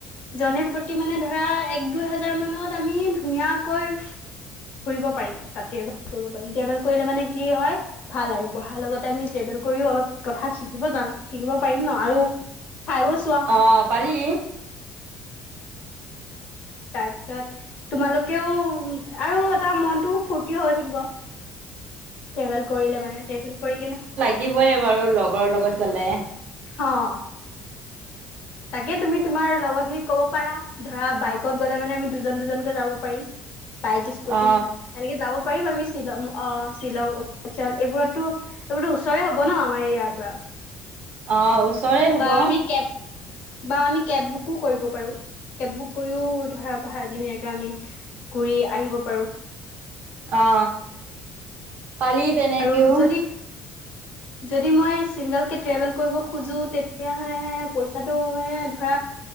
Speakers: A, on the left; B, on the right.
A: জনী প্ৰতি মানে ধৰা এক, দুই হাজাৰ মানত আমি ধুনীয়াকৈ ফুৰিব পাৰিম এটা ট্ৰেভেল কৰিব পাৰিম। ট্ৰেভেল কৰিলে মানে কি হয়। ভাল আৰু পঢ়াৰ লগতে আমি ট্ৰেভেল কৰিও অলপ কথা শিকিব যাম শিকিব পাৰিম ন আৰু <unintelligible>
B: অ, পাৰি।
A: তাৰপিছত তোমালোকেও আৰু এটা মনটোও ফূৰ্তি হৈ থাকিব। ট্ৰেভেল কৰিলে মানে ট্ৰেভেল কৰি কিনে
B: শিকিবই বাৰু লগৰৰ লগত গ'লে।
A: অ'। তাকে তুমি তোমাৰ লগৰ খিনিক ক'ব পাৰা ধৰা বাইকত গ'লে মানে আমি দুজন, দুজনকৈ যাব পাৰিম। বাইক স্কুটি
B: অ
A: এনেকে যাব পাৰিম আমি শ্বিলং অ, শ্বিলং, অৰুণাচল এইবোৰতো এইবোৰতো ওচৰে হ'ব ন আমাৰ ইয়াৰ পৰা
B: অ'। ওচৰে হ'ব
A: বা আমি কেব বা আমি কেব বুকো কৰিব পাৰো। কেব বুক কৰিও ধৰা ধুনীয়াকে আমি ঘুৰি আহিব পাৰো।
B: অ, পাৰি। তেনেকেও
A: আৰু যদি যদি মই চিংগল কে ট্ৰেভেল কৰিব খোজো তেতিয়াহলে পইচাটো মানে ধৰা